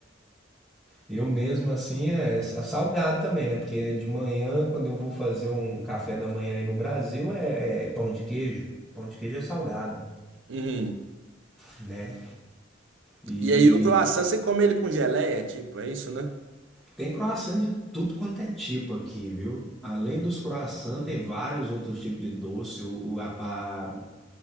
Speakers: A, in the centre; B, on the right (about 70°).
A: Eu mesmo assim é sa- salgado também, né? Porque de manhã, quando eu vou fazer um café da manhã aí no Brasil, é, é é pão de queijo. Pão de queijo é salgado,
B: Uhum.
A: né? E
B: E aí o croissant você come ele com geleia, tipo, é isso, né?
A: tem croissant de tudo quanto é tipo aqui, viu? Além dos croissants, tem vários outros tipos de doce. O, o- a, a